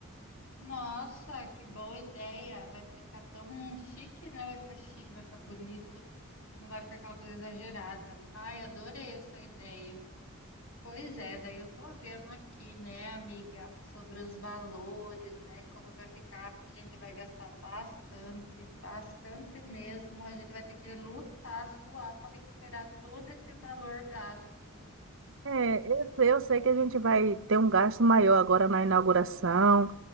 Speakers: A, on the left; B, on the right.
A: Nossa, que boa ideia! Vai ficar tão chique, né? Vai ficar chique, vai ficar bonito, não vai ficar aquela coisa exagerada. Ai, adorei essa ideia. Pois é, daí eu tô vendo aqui, né, amiga, sobre os valores, né, como que vai ficar, a gente vai gastar bastante, bastante mesmo, a gente vai ter que lutar, suar para recuperar todo esse valor gasto.
B: É, eu, eu sei que a gente vai ter um gasto maior agora na inauguração,